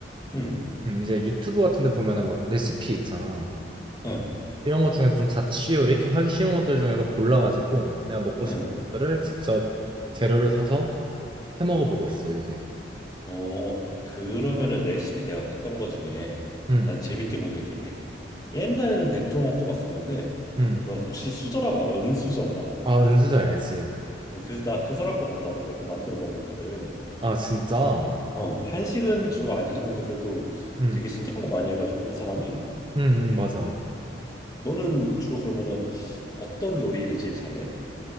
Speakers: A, on the left; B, on the right.
A: 응,
B: 음, 이제 유튜브 같은 데 보면은 막 레시피 있잖아.
A: 응,
B: 이런 것 중에서 좀 자취 요리, 좀 하기 쉬운 것들 중에서 골라가지고 내가 먹고 싶은
A: 응.
B: 것들을 직접 재료를 사서 해 먹어보고 있어, 요새.
A: 어, 그러면은 레시피 내가 봤던 거 중에
B: 음,
A: 난 재밌게 본 게 그 백, 옛날에는 백종원 거 봤었는데
B: 음.
A: 너 혹시 수저라고 알아? 은수저인가?
B: 아, 은수저 알지?
A: 그, 그, 나그 사람 거 보고 나도 몇 번 만들어 먹어봤거든.
B: 아, 진짜?
A: 어, 한식은 주로 아니긴 한데 그래도
B: 음,
A: 되게 신기한 거 많이 해가지고 그 사람이
B: 응, 응, 맞아.
A: 음. 너는 주로 그러면은 어떤 요리를 제일 잘해?